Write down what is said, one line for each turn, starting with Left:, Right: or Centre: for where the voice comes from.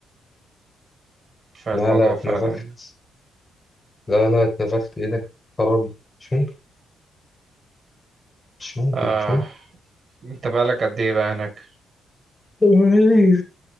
Right: فالموضوع
Left: لا لا اتنفخت
Right: فعلا
Left: لا لا اتنفخت ايه ده خرابي مش ممكن مش ممكن
Right: آه
Left: مش ممكن
Right: أنت بقالك قد إيه بقى هناك
Left: طب وإيه؟